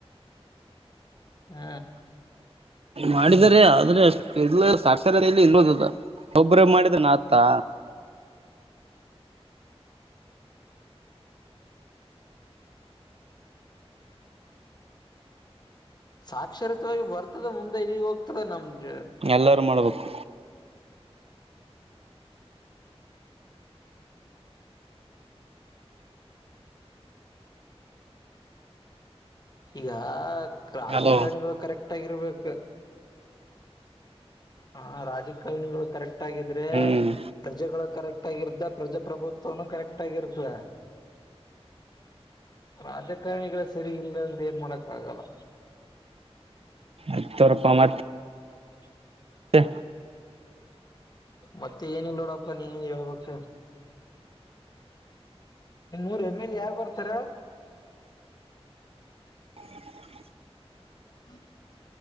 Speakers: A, on the left (about 40°); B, on the right (about 65°).
A: ಹ್ಮ
B: ಮಾಡಿದರೆ ಆದ್ರೆಷ್ಟ ಇ ಸಾಕ್ಷರ ಎಲ್ಲಿ ಇಲ್ಲೋದದ ಒಬ್ರಬ್ ಮಾಡಿದ ನತಾ
A: ಸಾಕ್ಷರತವಾಗಿ ಬರ್ತದ ಮುಂದೆ ಇದ ಹೋಗ ತ್ತದೆ ನಮ್ಮಜ
B: ಎಲ್ಲಾರು ಮಾಡ್ಬೇಕು
A: ಈಗಾ <inaudible> ರಾಜಕಾರಣಿಗಳು
B: ಹಲೋ
A: ಕರೆಕ್ಟ್ ಇರ್ಬೇಕು ಹಾ ರಾಜಕಾರಣಿಗಳು ಕರೆಕ್ಟ್ ಕ ಆಗಿದ್ರೆ
B: ಹ್ಮ್
A: ಪ್ರಜೆಗಳು ಕರೆಕ್ಟ್ ಆಗಿರ್ದ ಪ್ರಜಪ್ರಭುತ್ವನು ಕರೆಕ್ಟ್ ಆಗಿರ ಹ <inaudible> ರಾಜಕಾರಣಿಗಳ ಸರಿ ಇಲ್ಲಂದ್ರೆ ಏನ್ ಮಾಡಕ್ ಆಗಲ್ಲ
B: ಅಯ ತೊರಪ ಮತ್ತ
A: ಹ <inaudible>
B: ಹ
A: ಮತ್ತೆ ಏನಿಲ್ಲ ನೋಡಪ್ಪ ನೀ ಎಳ ಪಕ್ಷ ಮೂೂರ್ ಎಮ್ ಎಲ್ ಯಾರ್ು ಬರ್ತಾರ
B: ಹ
A: ಹ್ಮ